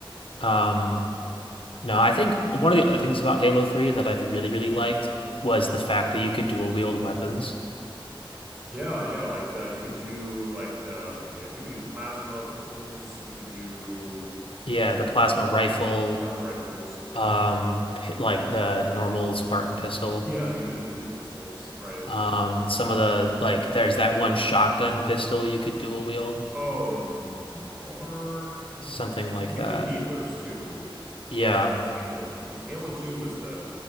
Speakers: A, on the left; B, on the right.
A: Um No, I think one of the other things about Halo 3 that I've really, really liked was the fact that you could dual wield weapons.
B: Yeah, yeah, like the you could do like the okay, you could do plasma pistols, you could do
A: Yeah, the plasma rifle,
B: plasma rifles.
A: um, pi- like the normal Spartan pistol.
B: Yeah, you could do the human pistols, right?
A: Um, some of the like there's that one shotgun pistol you could dual wield,
B: Oh, the Mauler, I think
A: something
B: that's what it's called.
A: like
B: And you
A: that.
B: could do Needlers too.
A: Yeah,
B: Or is that only Halo 2? Because Halo 2 was the